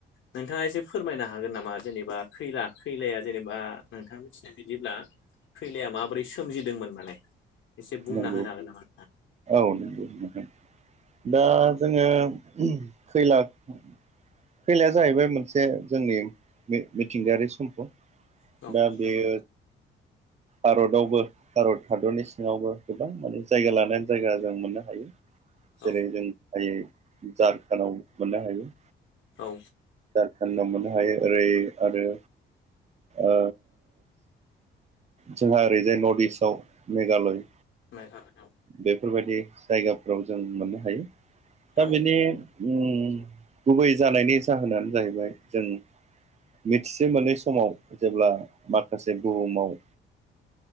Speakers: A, on the left; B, on the right.
A: नोंथाङा एसे फोरमायनो हागोन नामा जेनेबा खैला खैलाया जेनेबा नोंथां मिथिनाय बायदिब्ला खैलाया माबोरै सोमजिदोंमोन माने एसे बुंना
B: नंगौ
A: होनो हागोन नामा नोंथां?
B: औ नोंगौ नोंथां दा जोङो खैला खैलाया जाहैबाय मोनसे जोंनि मिथिंगायारि सम्पद।
A: औ
B: दा बेयो
A: नंगौ
B: भारतावबो भारत हादरनि सिङावबो गोबां माने जायगा लानान जायगा जों मोननो हायो
A: नोंथां
B: जेरै
A: औ
B: जों हायो झारखान्डआव मोननो हायो।
A: औ
B: झारखान्डआव मोननो हायो ओरै आरो ओ जोंहा ओरैजाय नर्थ इस्टआव मेघालय
A: मेघालय औ
B: बेफोरबायदि जायगाफ्राव जों मोननो हायो। दा
A: औ
B: बेनि उम गुबै जानायनि जाहोनानो जाहैबाय जों मिथिसे मोनै समाव जेब्ला माखासे बुहुमाव